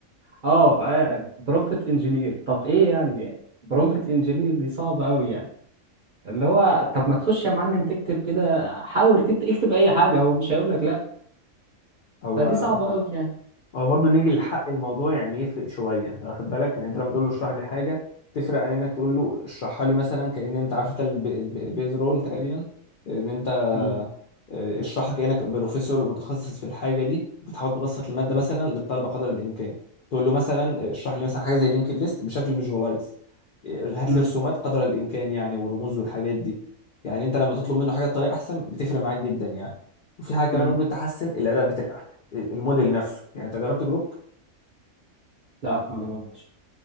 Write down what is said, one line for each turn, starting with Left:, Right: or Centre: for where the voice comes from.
Right: آه برومبت إنجينير طب إيه يعني برومبت إنجينير دي صعبة أوي يعني اللي هو طب ما تخش يا معلم تكتب كده حاول تكتب اكتب اي حاجه هو مش هيقول لك لا
Left: هو
Right: فدي صعبه قوي يعني
Left: هو برضه نيجي لحق الموضوع يعني يفرق شويه انت واخد بالك يعني انت لما تقول له اشرح لي حاجه تفرق عن انك تقول له اشرحها لي مثلا كأن انت عارف انت الب- الب- البيز رول تقريبا ان انت
Right: مم.
Left: آه، اشرحها كأنك بروفيسور متخصص في الحاجة دي بتحاول تبسط المادة
Right: مم.
Left: مثلا للطلبة قدر الإمكان تقول له مثلا اشرح لي مثلا حاجة زي اللينكد ليست بشكل فيجوالايز هات
Right: مم.
Left: لي رسومات قدر الإمكان يعني ورموز والحاجات دي يعني أنت لما تطلب منه حاجة بطريقة أحسن بتفرق معاك جدا يعني وفي حاجة كمان
Right: مم.
Left: ممكن تحسن الأداء بتاعك الموديل نفسه يعني أنت جربت جروب
Right: لا ما جربتش